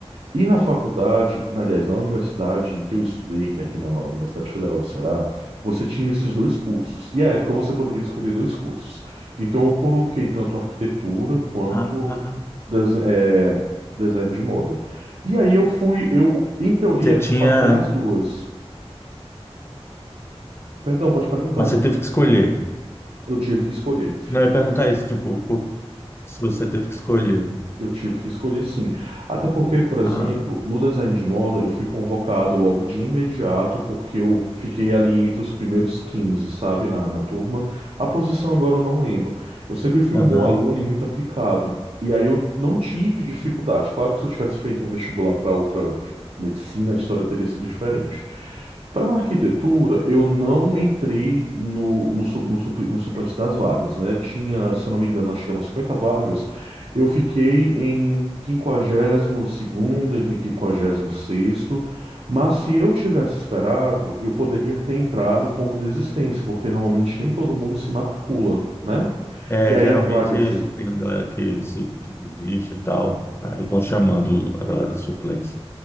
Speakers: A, on the right (about 70°); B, on the left (about 25°).
A: E na faculdade, na- aliás, na universidade em que eu estudei, que é aqui na Universidade Federal do Ceará, você tinha esses dois cursos. E à época você poderia escolher dois cursos. Então eu coloquei tanto arquitetura quanto
B: Ah, ah, ah.
A: des- eh, design de moda. E aí eu fui, eu, em teoria,
B: você tinha,
A: eu passei nas duas. Perdão, pode perguntar.
B: mas você teve que escolher.
A: Eu tive que escolher.
B: Não, eu ia perguntar isso, tipo, Se você teve que escolher.
A: Eu tive que escolher sim. Até porque, por exemplo,
B: Ah,
A: no design de moda, eu fui convocado logo de imediato, porque eu fiquei ali entre os primeiros quinze sabe, na, na turma. A posição agora eu não lembro. Eu sempre fui
B: aham.
A: um bom aluno e muito aplicado. E aí eu não tive dificuldade. Claro que se eu tivesse feito um vestibular para outra, tipo, medicina, a história teria sido diferente. Para arquitetura, eu não entrei no, no, su- no supli- no suplente das vagas, né? Tinha, se eu não me engano, acho que eram 50 vagas. Eu fiquei em quinquagésimo segundo entre quinquagésimo sexto, mas se eu tivesse esperado, eu poderia ter entrado como desistência, porque normalmente nem todo mundo se matricula, né?
B: É,
A: E aí
B: geralmente
A: as vagas.
B: tem uma galera que, se- que desiste e tal. Aí vão chamando a galera da suplência.